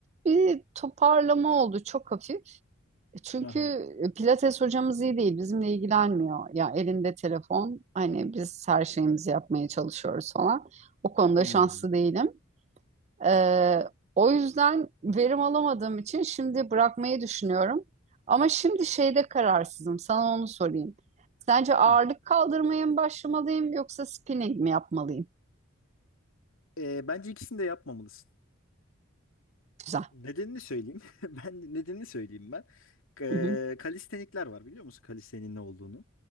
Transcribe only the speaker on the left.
Aha.
hı.
hı.
Ee, bence ikisini de yapmamalısın.
Nedenini söyleyeyim. <laughs> Ben nedenini söyleyeyim ben. Ee,
kalistenikler var biliyor musun kalistenin ne olduğunu?